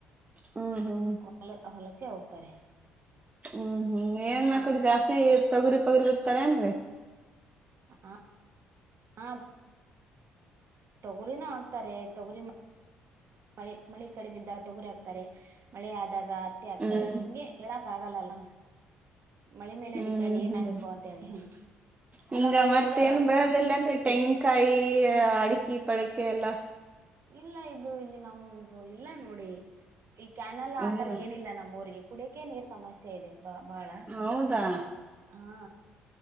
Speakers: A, on the right; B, on the right.
A: ಹಾ ಹ್ಮ
B: ಹೊಲ ಹೊಲಕ್ಕೆ ಹೋಗ್ತಾರೆ
A: ಹ್ಮ್ ಹ್ಮ್ ಏನ್ ಮಕ್ಳ
B: ಮತ್
A: ಜಾಸ್ತಿ ತೊಗರಿ ಪಗರಿ ಬಿರ್ತಾರ ಏನ್ರರಿ
B: ಹ ಹಾ ತೊಗರಿನ ಹಾಕ್ತಾರೆ ತೊಗರಿ ಮಳೆ ಮಳೆ ಕಡಿಮಿಂದ ತೊಗುರಿ ಹಾಕ್ತಾರೆ ಮಳೆ ಆದಾಗ ಆಗ್ತಾರೆ
A: ಹ್ಮ್
B: ಹಿಂಗೆ ಹೇಳಕ್ ಆಗಲ್ಲಲ್ಲ ಮಳೆ ಮೇಲೆ
A: ಹ್ಮ್
B: ಡಿಪೆಂಡ್ ಏನ್
A: ಹ್ಮ್
B: ಆಗ್ಬೇಕು ಅಂತ ಹೇಳಿ
A: ಹಿಂಗ
B: ಅಲ್ಲಾ ಮಳೆ
A: ಮತ್ತ
B: ಎಲ್ಲ
A: <unintelligible> ತೆಂಗಿನಕಾಯಿ ಅಡಿಕಿ ಪಳಕೆ ಎಲ್ಲ
B: ಇಲ್ಲ ಇದು ಇಲ್ಲಿ ನಮ್ದು ಇಲ್ಲ ನೋಡಿ ಈ ಕ್ಯಾನಲ್ ಆತರ
A: ಇಲ್ಲ
B: ಏನಿಲ್ಲ ನಮ್ಮ ಊರಿಗೆ ಉಡಿಕೆ ನೀರ್ ಸಮಸ್ಯೆ ಇದೆ ಬ ಬಾಳ
A: ಹೌದಾ
B: ಹಾ